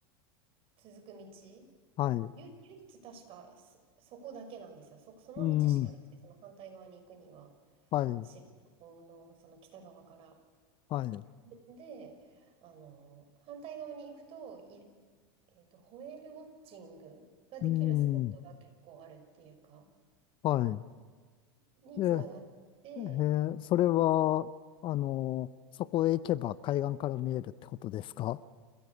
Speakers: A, on the right; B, on the left.
A: ー続く道。
B: はい。
A: ゆ、唯一確かそ、そこだけなんですよ。そ、その道しかなくて、
B: うん。
A: その反対側に行くには、
B: はい。
A: 知床のその北側から。
B: はい。
A: で、あの、反対側に行くと、い、えっと、ホエールウォッチングができるスポットが結構あるっていうか、
B: うん。はい。
A: につながって、
B: えええーそれは、あの、そこへ行けば海岸から見えるってことですか